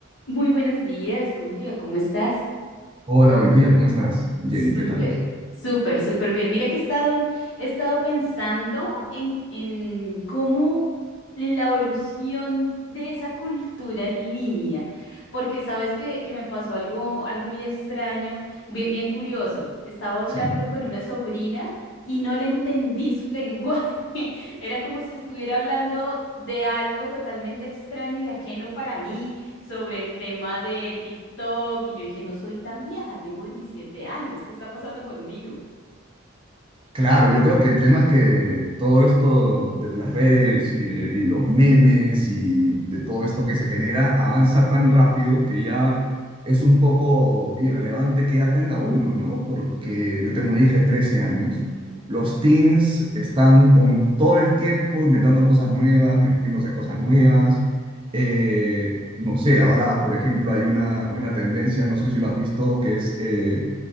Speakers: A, on the left; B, on the right.
A: Muy buenos días, Julio. ¿Cómo estás?
B: Hola, buenos días, ¿cómo estás, Jenny?
A: Súper,
B: ¿Qué tal?
A: súper, súper bien. Mira que he estado, he estado pensando en, en cómo en la evolución de esa cultura en línea, porque sabes que, que me pasó algo, algo muy extraño, bien, bien curioso. Estaba hablando
B: Sí,
A: con una sobrina y no le entendí su lenguaje. <laughs> Era como si estuviera hablando de algo totalmente extraño y ajeno para mí sobre el tema de TikTok y yo dije, no soy tan vieja, tengo 27 años, ¿qué está pasando conmigo?
B: claro, yo creo que el tema es que todo esto de las redes y, de, y los memes y de todo esto que se genera avanza tan rápido que ya
A: Mm,
B: es un poco irrelevante que ya tenga uno, ¿no? Porque
A: mm,
B: yo tengo una hija de trece años,
A: ujú,
B: los teens están con todo el tiempo inventando cosas nuevas, metiéndose cosas nuevas. Eh, no sé, ahora, por ejemplo, hay una, hay una tendencia, no sé si lo has visto, que es... eh,